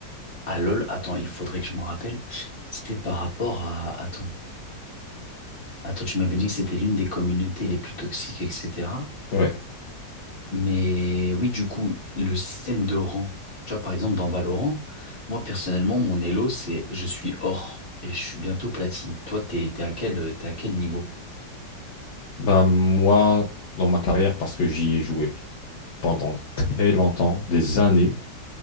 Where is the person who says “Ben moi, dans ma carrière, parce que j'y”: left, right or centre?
Left